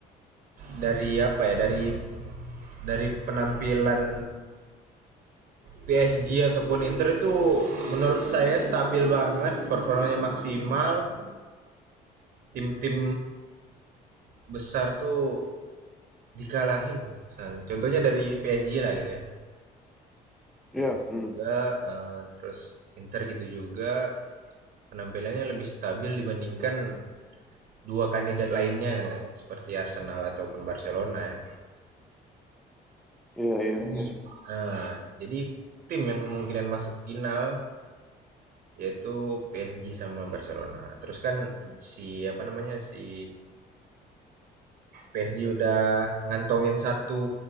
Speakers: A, on the right; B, in the centre.
A: dari apa ya dari dari penampilan PSG ataupun Inter itu menurut saya stabil banget, performanya maksimal. Tim-tim besar tuh dikalahin gitu. Contohnya dari PSG lah gitu ya.
B: Iya,
A: basic
B: mm.
A: juga, eee, terus Inter gitu juga, penampilannya lebih stabil dibandingkan dua kandidat lainnya seperti Arsenal ataupun Barcelona ya.
B: Iya, iya,
A: Jadi,
B: iya.
A: eee, jadi tim yang kemungkinan masuk final yaitu PSG sama Barcelona. Terus kan si apa namanya, si PSG udah ngantongin satu